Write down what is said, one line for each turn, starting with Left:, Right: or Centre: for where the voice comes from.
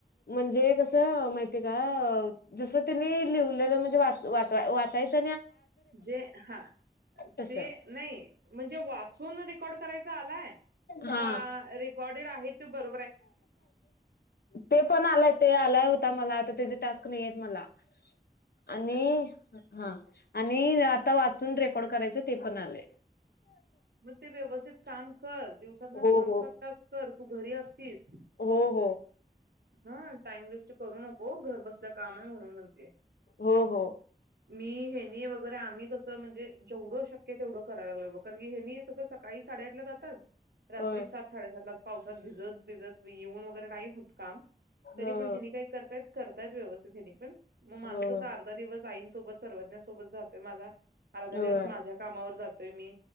Left: म्हणजे कस माहितीये का? अ जस त्यांनी लिवलेलं म्हणजे वा वा वाचायच
Right: जे हा
Left: तसं
Right: ते नाइ म्हणजे वाचून रेकॉर्ड करायचा आलाय?
Left: हा
Right: का रेकॉर्डेड आहे, तू बर
Left: ते पण आय ते आलाय होता मला आता ते टास्क मला
Right: अच्छा
Left: आणि <unintelligible> हा आणि आता वाचून रेकॉर्ड करायच ते पण आलेय.
Right: मग ते व्यवस्थित काम कर दिवसातन
Left: हो
Right: सहा
Left: हो
Right: सात तास कर तू घरी असतीस
Left: हो हो
Right: हा टाइम वेस्ट करू नको घर बसल्या काम आहे म्हणून म्हणतेय
Left: हो हो.
Right: मी हेनी वगैरे आम्ही कस म्हणजे जेवढ शक्य तेवढ करायला लागलो बग हेनी हे कस सकाळी साडे आठला जातात रात्री
Left: होय
Right: सात साडेसात ला पावसात भिजत भिजत येऊन वगैरे नाही होत काम तरी
Left: हो
Right: पण हेनी काय करतायत करतायत व्यवस्थित हेनी पण मग माझ
Left: हो
Right: कस अर्धा दिवस आईंसोबत, सर्वज्ञांसोबत जातोय माझा, अर्धा
Left: होय
Right: दिवस माझ्या कामावर जात मी